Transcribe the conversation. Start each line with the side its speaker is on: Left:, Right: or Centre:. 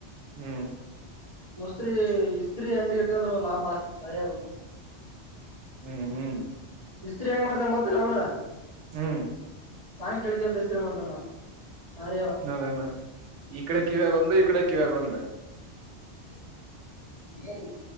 Right: ಹ್ಞೂ
Left: ಮಸ್ತ್ರಿ ಇ ಸ್ತ್ತ್ರರಿ ಅಂಗಡಿ ಇಟ್ಕಂದ್ರೆ ಒ ಲಾಭ ಆಸ್ತಿತ್ ಬಾರಿ ಆಗ
Right: ಹ್ಮ್ ಹ್ಮ್
Left: ಹೆಸ್ ಹೆಂಗ್ ಮಾಡ್ತಂಗ ಗೊತ್ತ ನ ಅವ್ನು
Right: ಹ್ಮ್
Left: ಸಾಯಂ ಕಳಿಕಂತ ಮಾಡ್ತಾನ ಬಾರಿ ಅವ.
Right: ನೇಣ ಈ ಕಡೆ
Left: ಹ್ಮ್
Right: ಕಿವಿ ಆಗೊಂದು ಈ ಕಡೆ ಕಿವಿ ಆಗೊಂದ
Left: ಹ್ಮ್